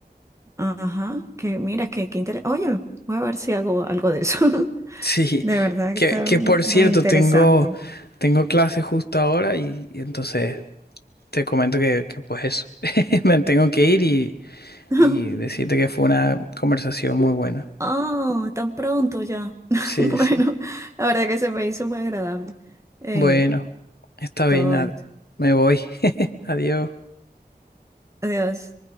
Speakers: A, on the right (about 15°); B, on the left (about 70°).
A: ajá, que mira, que, que interesante. Oye, voy a ver si hago algo de eso. <laughs>
B: Sí,
A: De verdad
B: que,
A: que está
B: que
A: mu-
B: por cierto,
A: muy interesante.
B: tengo, tengo clase justo ahora y, y entonces te comento que, que pues eso, <laughs> me tengo que ir y,
A: <laughs>
B: y decirte que fue una conversación muy buena.
A: Ah, tan pronto ya. <laughs>
B: Sí,
A: Bueno,
B: sí.
A: la verdad que se me hizo muy agradable eh,
B: Bueno, está
A: todo
B: bien, nada,
A: esto.
B: me voy. <laughs> Adiós.
A: Adiós.